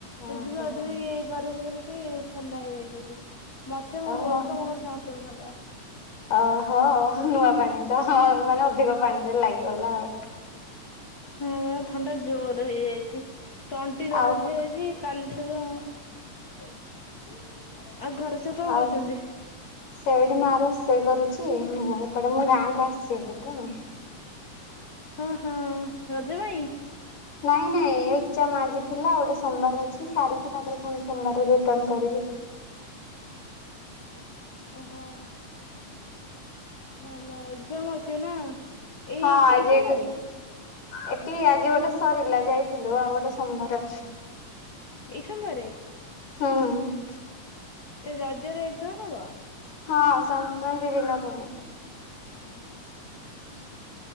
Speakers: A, on the left (about 50°); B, on the left (about 85°).
A: ସେ
B: ଓହୋ
A: ଧୁଆ ଧୁଇ କରିକି କି ଥଣ୍ଡା ହେଇଯାଇଛନ୍ତିି ମତେ ମୋ
B: ଓହୋ
A: ବୋଉ କମୋ ଘରେ ସମସ୍ତଙ୍କୁ ଥଣ୍ଡା।
B: ଓହୋ ନୂଆ ପାଣି ତ ମାନେ ଅଧିକ ପାଣିରେ ଲାଗିଗଲା ଆଉ।
A: ହଁ ଥଣ୍ଡା ଜୋର ହେଇଯାଇଛି ତଣ୍ଟି ଦରଜ
B: ଆଉ କଣ
A: ହେଇଯାଇଛି କାଲିଠାରୁ ଆଉ। ଆଉ ଘରେ ସବୁ କଣ
B: ହଉ
A: କରୁଛନ୍ତି?
B: ସେଇଠି ମା ରୋଷେଇ କରୁଛି ମୁଁ ଏପଟେ ମୁଁ ଗାଁକୁ ଆସିଛି ହେରି ତ।
A: ହଁ ହଁ ରଜ ପାଇଁ।
B: ନାଇଁ ନାଇଁ ଏକ୍ଜାମ ଆଜି ଥିଲା ଗୋଟେ ସୋମବାର ଅଛି ସାରିକି ତାପରେ ପୁଣି ସୋମବାର ରିଟର୍ଣ କରିବି।
A: ଓହୋ ଭଲ ସେମ୍ ଅଛି ନା ଏଇ
B: ହଁ ଆଜି
A: ଏଇ ସୋମବାରେ?
B: ଏଠି ଏଠି ଆଜି ଗୋଟେ ସରିଲା ଯାଇଥିଲୁ ଆଉ ଗୋଟେ ସୋମବାର ଅଛି।
A: ଏଇ ସୋମ ବାରେ।
B: ହୁଁ।
A: ଏ ରଜରେ ଏକ୍ସାମ୍ ହବ?
B: ହଁ ସଂକ୍ରାନ୍ତି ଦିନ ପୁଣି।
A: <inaudible>